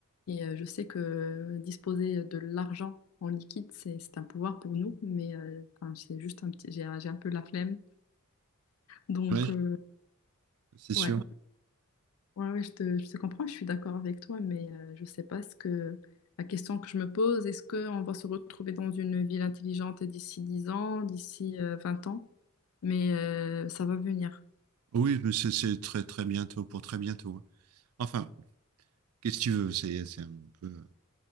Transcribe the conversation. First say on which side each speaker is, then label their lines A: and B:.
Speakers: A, on the left; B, on the right.
A: Et euh, je sais que disposer de l'argent en liquide, c'est, c'est un pouvoir pour nous. Mais euh, enfin, c'est juste un petit, j'ai, un- j'ai un peu la flemme. Donc
B: Oui,
A: euh,
B: c'est
A: ouais,
B: sûr.
A: ouais, ouais, je te, je te comprends. Je suis d'accord avec toi. Mais euh, je sais pas ce que la question que je me pose, est-ce qu'on va se retrouver dans une ville intelligente d'ici 10 ans, d'ici euh, 20 ans? Mais euh, ça va venir.
B: Oui, mais c'est c'est très très bientôt, pour très bientôt. hein. Enfin, qu'est-ce que tu veux? C'est c'est un peu,